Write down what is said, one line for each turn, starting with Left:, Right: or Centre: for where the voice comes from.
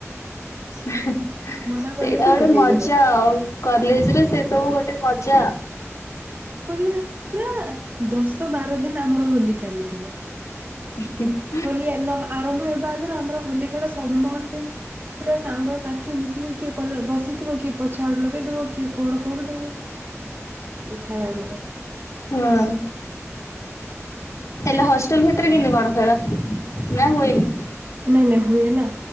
Left: ସେଇଟା
Right: ମନା କଲେ ବି
Left: ଗୋଟେ
Right: ଲଗେଇବେ
Left: ମଜା
Right: ରଙ୍ଗ
Left: ଆଉ କଲେଜରେ ସେ ସବୁ ଗୋଟେ ମଜା।
Right: ବୁଝିବ ନା ପୁରା ଦଶ ବାର ଦିନ ଆମର ହୋଲି ଚାଲିଥିବ।
Left: ହ।
Right: ହୋଲି ଆରମ୍ଭ ହେବା ଆଗରୁ ଆମର ହୋଲି ଖେଳ ସମସ୍ତେ। ପୁରା ସାଙ୍ଗ ସାଥି ମିଶିକି କିଏ କ ବସିଥିବ କିଏ। ଛାଡ ଲଗେଇଦବ କିଏ କଣ କରିଦବ। ଚାଲିଥାଏ ଆମର
Left: ହଁ। ହେଲେ ହଷ୍ଟେଲ ଭିତରେ କିି କଣ ଖେଳ ନା ହୁଏନି।
Right: ନାଇଁ ନାଇଁ ହୁଏ ନା